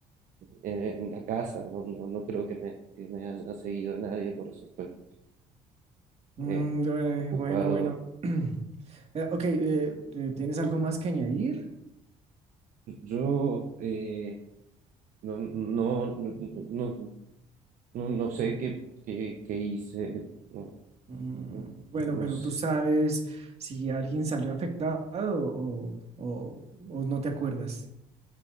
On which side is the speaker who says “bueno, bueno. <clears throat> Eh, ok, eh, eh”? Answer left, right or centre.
Right